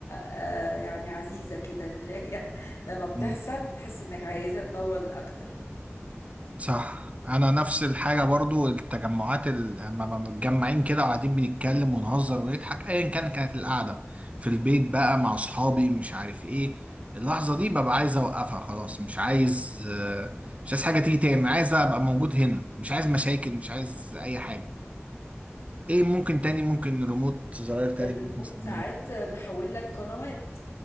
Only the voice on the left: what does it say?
آه يعني عزيزة كده اللي هي <laughs> لما بتحصل
بتحس انك عايزة تطول اكتر
الريموت
ساعات بيحول لك قنوات